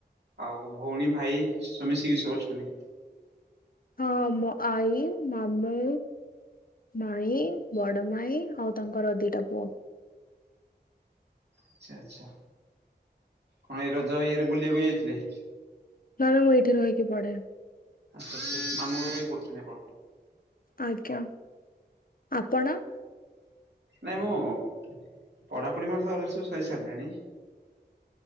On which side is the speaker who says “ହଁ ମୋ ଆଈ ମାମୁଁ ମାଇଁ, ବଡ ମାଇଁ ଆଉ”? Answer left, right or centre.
Left